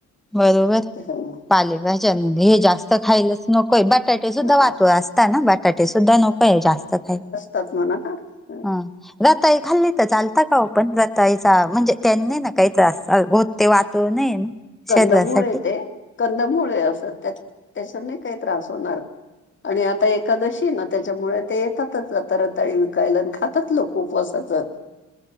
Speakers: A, in the centre; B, on the left (about 40°).
A: बरोबर.
B: <inaudible>
A: पाले भाज्यानी आणि दही जास्त. स खायलाच नकोय बटाटेच सुद्धा
B: असं.
A: <unintelligible> वाहतोय असताना बटाटेच दानव सुुद्धा नकोय जास्त खाय
B: तच म्हणा का. हं.
A: ह, रताळी खाल्ली तर चाल. का खाओपण रताळीचा म्हणजे त्यांनी ना काही त्रास होते वाहतो नाई ना.
B: कंदमुळय
A: शरीरासाठी
B: ते कंदमुळय असं त्याच त्याच्याने नाय काय त्रास होणार. आणि आता एकादशीय ना त्याच्यामुळं ते येतातच आता रताळी विकायला आणि खातात लोक. ऊपवासाचं